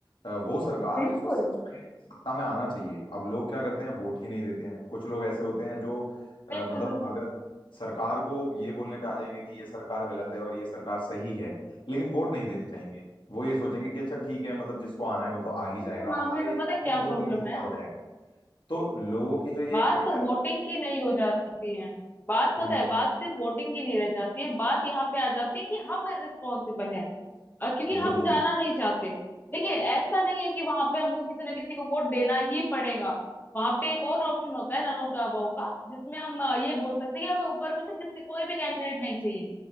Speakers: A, on the left; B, on the left.
A: अ, वो सरकार
B: बिल्कुल
A: जिसको सच में सत्ता में आना चाहिए अब लोग क्या करते हैं वोट ही नहीं देते हैं कुछ लोग ऐसे होते हैं जो अ,
B: बिल्कुल
A: मतलब
B: बिल्कुल
A: अगर सरकार को ये बोलने पे आ जाएंगे कि ये सरकार गलत है और ये सरकार सही है लेकिन वोट नहीं देने चाहेंगे वो ये सोचेंगे कि अच्छा ठीक है मतलब जिसको आना है वो तो आ ही जाएगा
B: इस मामले
A: हमारे
B: में
A: ये
B: पता है क्या
A: वोट
B: प्रॉब्लम
A: देने से क्या
B: है
A: हो जाएगा तो लोगों की जो ये
B: बात
A: एक मेंटालिटी
B: तो वोटिंग की नहीं हो जाती है बात पता
A: हम्म
B: है बात सिर्फ वोटिंग की नहीं रह जाती है बात यहाँ पे आ जाती है कि हम रिस्पॉन्सिबल हैं अ, क्योंकि
A: वही
B: हम जाना नहीं चाहते देखिए ऐसा नहीं है कि वहां पे हमको किसी ना किसी को वोट देना ही पड़ेगा वहां पे एक और ऑप्शन होता है नन ऑफ द अबव का जिसमें हम अ, ये बोल सकते हैं कि हमें ऊपर में से किसी कोई भी कैंडिडेट नहीं चाहिए